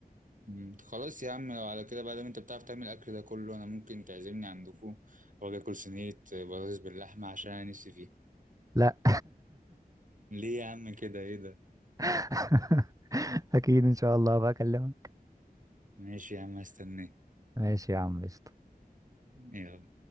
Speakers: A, on the right; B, on the right.
A: مم، خلاص يا عم لو على كده بقى لو انت بتعرف تعمل الاكل ده كله انا ممكن تعزمني عندكم واجي اكل صينيه بطاطس باللحمه عشان انا نفسي فيها
B: لا
A: ليه يا عم كده ايه ده
B: <laughs> اكيد ان شاء الله بقى اكلمك
A: ماشي يا عم هستناك
B: ماشي يا عم قشطة
A: يلا